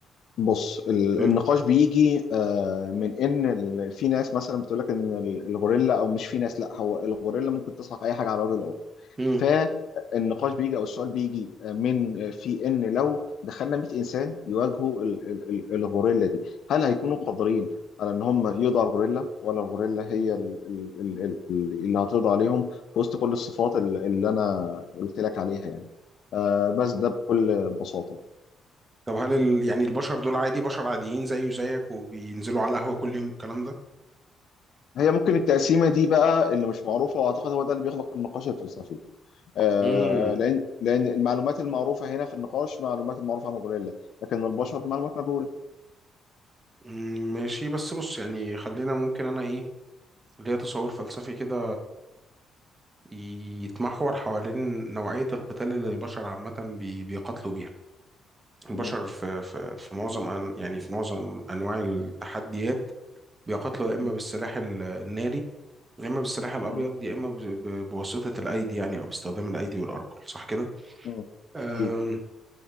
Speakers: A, on the left; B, on the right.
A: بص ال-
B: مم.
A: النقاش بيجي آه، من ان ال- في ناس مثلا بتقول لك ان ال- الغوريلا او مش في ناس لا هو الغوريلا ممكن تسحق اي حاجه على وجه الارض
B: مم.
A: فالنقاش بيجي او السؤال بيجي آه، من آه، في ان لو دخلنا 100 انسان يواجهوا ال- ال- ال- الغوريلا دي هل هيكونوا قادرين على ان هم يقضوا على الغوريلا ولا الغوريلا هي ال- ال- ال- ال- اللي هتقضي عليهم في وسط كل الصفات ال- اللي انا قلت لك عليها يعني آه، بس ده بكل بساطه
B: طب هل ال... يعني البشر دول عادي بشر عاديين زيي وزيك وبينزلوا على القهوة كل يوم والكلام ده
A: هي ممكن التقسيمة دي بقى اللي مش معروفة وأعتقد هو ده اللي بيخلق النقاش الفلسفي آه
B: مم.
A: لأن لأن المعلومات المعروفة هنا في النقاش معلومات المعروفة عن الغوريلا لكن البشر معلومات مجهولة
B: مم. ماشي بس بص يعني خلينا ممكن أنا إيه ليا تصور فلسفي كده يتمحور حوالين نوعية القتال اللي البشر عامة بي- بيقاتلوا بيها البشر
A: م-
B: في في في معظم أن يعني في معظم أنواع التحديات بيقاتلوا يا
A: م-
B: إما بالسلاح ال- الناري يا إما بالسلاح الأبيض
A: م-
B: يا إما ب- ب- بواسطة الأيدي يعني أو باستخدام الأيدي والأرجل صح كده؟
A: م.
B: أم،
A: أكيد